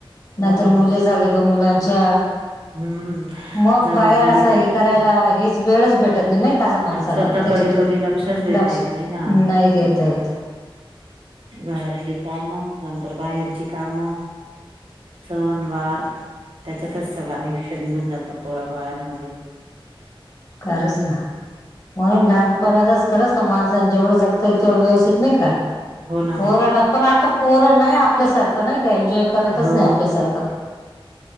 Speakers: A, on the right; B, on the left.
A: मग
B: नंतर मुले झाले का मुलांच्या.
A: हम्म
B: मग
A: जबाबदारी
B: बाहेर असं
A: काही
B: हे
A: पिछा
B: करायला हेच वेळच भेटत नाही, नाही. अस माणसाला
A: स्वतःकडे
B: त्याच्यात
A: कधी लक्षच देता
B: लक्ष
A: येत नाही ना
B: नाही देता येत.
A: घरातली कामं- नंतर बाहेरची कामं, सण वार- त्याच्यातच सगळं आयुष्य निघून जातं, पोरा बाळांमध्ये.
B: खरच ना, म्हणून लानपणातच- खरंच ना, माणसान जेवढं जगता येईल तेवढं व्यवस्थित नाही का
A: हो ना.
B: पोराला- पण आता पोरं नाही, आपल्यासारखं नाही का एन्जॉय- करतच
A: हो.
B: नाही आपल्यासारखं.